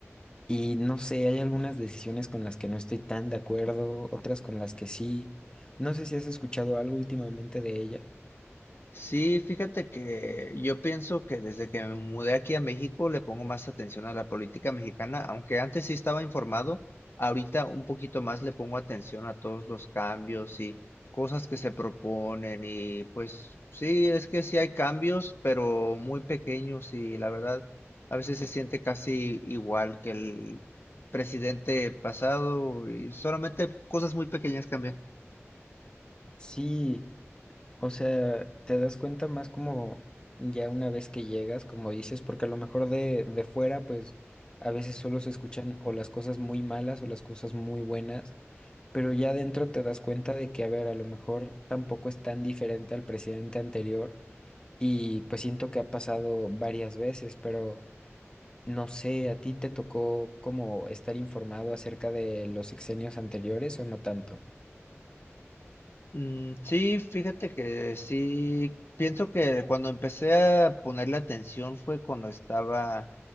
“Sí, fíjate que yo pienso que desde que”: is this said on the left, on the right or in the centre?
Left